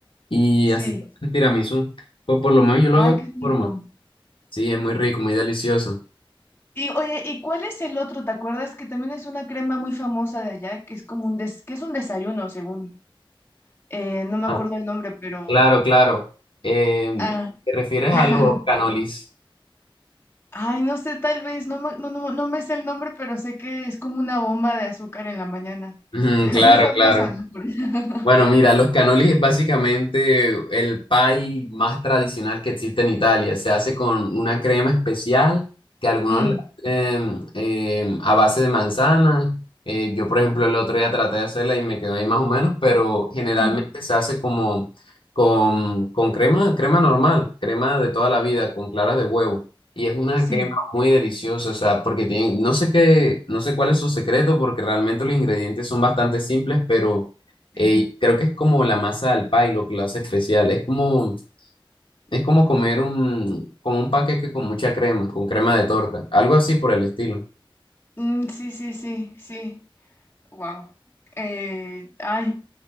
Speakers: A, on the left; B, on the left.
A: y
B: sí.
A: así se hace el tiramisú. Pues por lo menos yo
B: Ay,
A: lo hago de
B: qué
A: esta
B: rico.
A: forma. Sí, es muy rico, muy delicioso.
B: Y oye, ¿y cuál es el otro? ¿Te acuerdas que también es una crema muy famosa de allá, que es como un des- que es un desayuno, según. Eh, no me
A: Ah,
B: acuerdo el nombre, pero
A: claro, claro. Em,
B: ah.
A: ¿te refieres
B: <laughs>
A: a los canolis?
B: Ay, no sé, tal vez, no, me- no, no, no me sé el nombre, pero sé que es como una bomba de azúcar en la mañana.
A: Ujú,
B: <laughs>
A: Claro,
B: Muy famosa,
A: claro.
B: ¿no? Por eso. <laughs>
A: Bueno, mira, los cannoli es básicamente el pie más tradicional que existe en Italia. Se hace con una crema especial que algunos
B: Mm,
A: le hacen eh, a base de manzana. Eh, yo, por ejemplo, el otro día traté de hacerla y me quedó ahí más o menos, pero generalmente
B: mm,
A: se hace como con, con crema, crema normal, crema de toda la vida, con claras de huevo. Y es una
B: Sí,
A: crema muy deliciosa, o sea, porque tiene, no sé qué, no sé cuál es su secreto, porque realmente los ingredientes son bastante simples, pero
B: sí.
A: eh, creo que es como la masa al pay lo que lo hace especial. Es como, es como comer un, como un paquete con mucha crema, con crema de torta, algo así por el estilo.
B: Mm, sí, sí, sí, sí. Wow. ay,